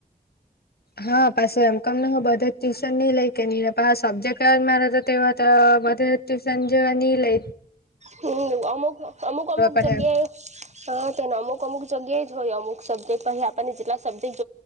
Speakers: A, on the left (about 75°); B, on the right (about 45°).
A: હા પાછો એમ કમ હ બધ જ ટુ નહી લઈ કે નહી સબ્જેક્ટ મારે તો તે તો બધે ટ્યુશન જેવા નહી લે
B: હમ અમુક અમુક અમુક
A: પડહે
B: જગ્યાએ હાને અમુક અમુક જગ્યાએ ય અમુક સબ્જેક્ટ પછ આપણને જેટલા સબ્જેક્ટ